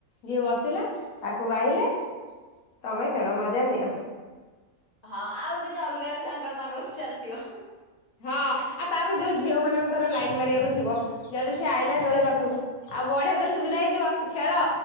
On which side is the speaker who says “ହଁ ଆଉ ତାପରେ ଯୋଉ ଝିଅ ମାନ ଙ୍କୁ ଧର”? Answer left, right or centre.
Left